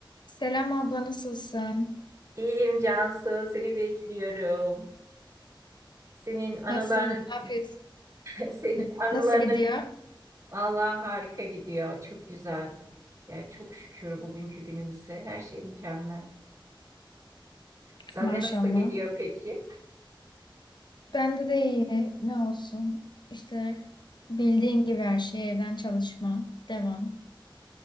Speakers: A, on the left; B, on the right.
A: Selam abla nasılsın?
B: İyiyim Cansu, seni bekliyorum. Senin anılarını,
A: Nasıl, ne yapıyorsun?
B: <laughs> senin
A: <laughs>
B: anılarını
A: Nasıl gidiyor?
B: vallahi harika gidiyor. Çok güzel. Yani çok şükür bugünkü günümüze. Her şey mükemmel. Sende
A: Maşallah.
B: nasıl gidiyor peki?
A: Bende de iyi. Ne olsun? İşte bildiğin gibi her şey evden çalışma. Devam.